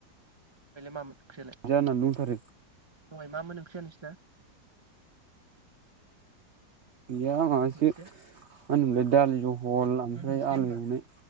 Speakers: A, on the right; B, on the right.
A: मामोन ओंख्रिया लाय
B: जानानै दंथारो
A: सबा मा मोन ओंख्रिया नोंसिना
B: गैया
A: दे होमबा
B: मासो
A: दोनथ'नोसै
B: मा
A: दे
B: होनोमोनलाय दालि जहल ओमफ्राय
A: दोनथ'नोसै दे
B: आलु
A: होमबा
B: एवनाय